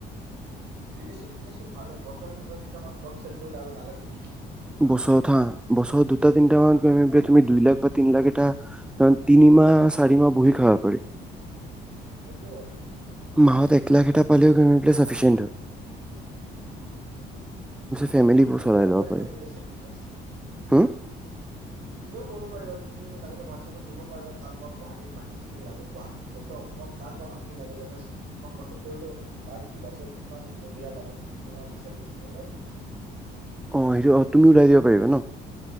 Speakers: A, on the right; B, in the centre.
A: সেইটোয়েলনে ভাল বছৰে দুটা তিনিটা মান চেল কৰিলে আৰু নালাগে। বুজিছা
B: বছত হা বস দুটা তিনিটা মান। তুমি দুই লাখ বা তিনি লাখ এটা তিনিমাহ চাৰি মাহ বহি খাবা পাৰি।
A: সেইটোৱে কথা
B: মাহত এক লাখ এটা পালিওফিচিয় হয়। ফেমিলিবোৰ
A: তুমিও
B: চাই ল'ব পাৰি।
A: <unintelligible>
B: হুম
A: তুমিও কৰিব পাৰা তুমি লাগিলে হোৱাটছপত দিব পাৰিবা কাক বা গুৱাহাটীত মাটি চি লাগে গুৱাহীত গোটেই অসমত কাক বা মাটি লাগিলে ম তোমাক কণ্টেক কৰিলো তাৰ কি বাজেট কিমান এৰিয়া লাগে কি বনাব বিচাৰিছে কলাই নেকি?
B: অ সেইটো অ তুমি ওলাই দিব পাৰিবা ন